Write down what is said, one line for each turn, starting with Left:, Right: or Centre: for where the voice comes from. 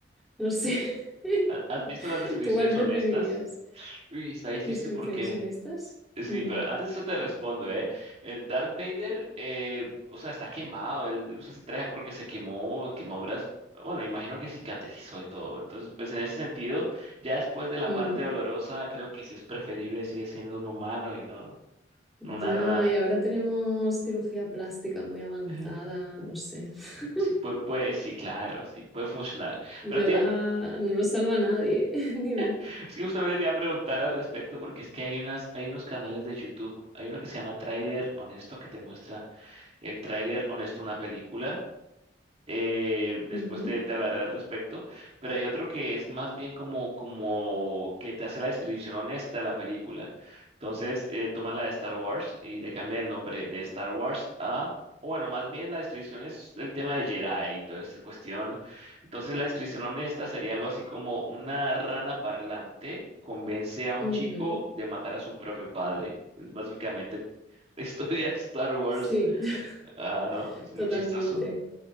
Centre: No sé. <laughs>
Right: ¿Ha- ¿Has visto las descripciones
Centre: ¿Tú cuál preferirías?
Right: honestas? Uy, está difícil
Centre: ¿Descripciones
Right: porque
Centre: honestas?
Right: Sí,
Centre: Mm,
Right: pero antes de eso te respondo, ¿eh? Eh, Darth Vader, eh, o sea, está quemado, él él usa ese traje porque se quemó, quemó obras, bueno, imagino que cicatrizó y todo, entonces, pues en ese sentido, ya después de la
Centre: mm.
Right: parte dolorosa, creo que sí es preferible, sigue siendo un humano y no,
Centre: Ya,
Right: no una rana.
Centre: y ahora tenemos cirugía plástica muy avanzada,
Right: <laughs> Ujú.
Centre: no sé. <laughs>
Right: Sí, puede, puede, sí, claro, sí, puede funcionar.
Centre: Yoda
Right: Pero te iba a pre-
Centre: no lo salva a nadie, <laughs> dime.
Right: <laughs> es que justamente te iba a preguntar al respecto porque es que hay unas, hay unos canales de YouTube, hay uno que se llama Tráiler Honesto que te muestra el tráiler honesto de una película. Eh, después
Centre: Ujú,
Right: te, te hablaré al respecto, pero hay otro que es más bien como, como que te hace la descripción honesta de la película. Entonces, eh, toman la de Star Wars y le cambian el nombre de Star Wars a, o bueno, más bien la descripción es del tema del Jedi y toda esta cuestión. Entonces, la descripción honesta sería algo así como una rana parlante convence a un
Centre: ujú.
Right: chico de matar a su propio padre. Es básicamente <laughs> la historia de Star Wars.
Centre: Sí,
Right: <laughs>
Centre: <laughs>
Right: Ah, no, es muy
Centre: totalmente,
Right: chistoso,